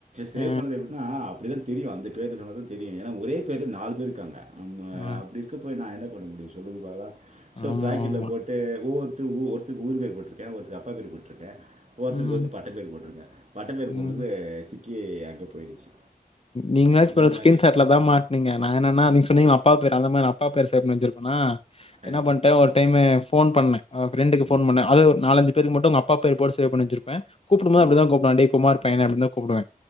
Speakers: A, on the right (about 50°); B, on the left (about 40°).
A: சேவ்
B: ஆ,
A: பண்ணது எப்டினா அப்டிதா தெரியு அந்த பேரு சொன்னதா தெரியு ஏன்னா ஒரே பேருல நாலு பேர் இருக்காங்க நம்ம
B: ஆ.
A: அப்டின் இருக்கப ப்போ நா என்ன பண்ண முடியு சொல்லுங்க பாக்கலா சோ
B: ஆமாமா.
A: ப்ராக்கெட்ல போட்டு ஒவ்வொருத்தொ ஒவ்வொருத் ஊர் பேர் போட்டிருக்கே ஒருக் அப்பா பேர் போட்ருக்கே ஒருத்தருக்கு
B: ம்,
A: வந்து பட்ட பேரு போட்டருக்கே பட்டப்பேரு போட்டது
B: ம்.
A: சிக்கி அங்க போயிடுச்சு
B: நீங்களாச்சு
A: இந்த
B: பரவால
A: மாதிரி
B: ஸ்கீன் ஷாட்லதா மாட் நீங்க நா என்னன்னா நீங்க சொன்னீங்க அப்பா பேர் அந்த மாதிரி அப்பா பேரு சேவ் பண்ணி வச்சிருப்பாங்க என்ன
A: அஹ்,
B: ஒரு டைமு ஃபோன் பண்ணே ஃபிரெண்ட்டுக்கு
A: ம்
B: ஃபோன் பண்ணே அது ஒரு நாலஞ்சு பேருக்கு மட்டு அவங்க அப்பா பேரு போட்டு சேவ் பன்னி வச்சிருப்பே கூப்புடும் போது
A: ம்
B: அப்படிதா கூப்புடுவே டே குமார் பையனே அப்படினுதா கூப்படுவே